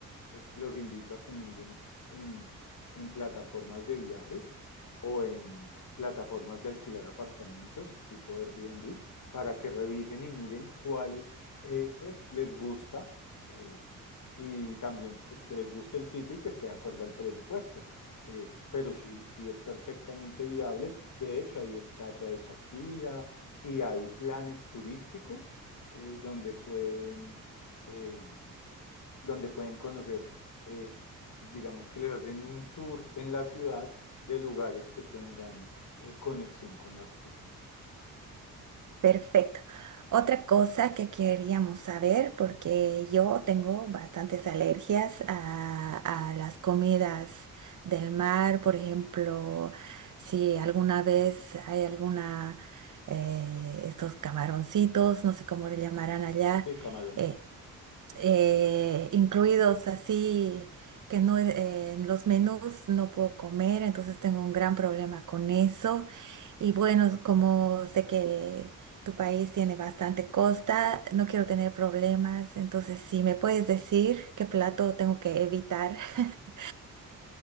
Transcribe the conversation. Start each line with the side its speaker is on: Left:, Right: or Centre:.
Left: pues los invito a que miren en, en plataformas de viajes o en plataformas de alquilar apartamentos tipo Airbnb para que revisen y miren cuáles eh, pues les gusta eh, y también pues que les guste el sitio y que esté de acuerdo al presupuesto. Eh, pero sí, sí es perfectamente viable. De hecho, hay estatua de Shakira y hay planes turísticos eh, donde pueden... em, donde pueden conocer, eh, digamos que les hacen un tour en la ciudad de lugares que tengan eh, conexión con el artista.
Right: Perfecto. Otra cosa que queríamos saber, porque yo tengo bastantes alergias a, a las comidas del mar, por ejemplo, si alguna vez hay alguna, eh, estos camaroncitos, no sé cómo le llamarán allá,
Left: El Camarón.
Right: eh, eh, incluidos así, que no, eh, en los menús no puedo comer, entonces tengo un gran problema con eso. Y bueno, como sé que tu país tiene bastante costa, no quiero tener problemas, entonces si me puedes decir qué plato tengo que evitar. <laughs>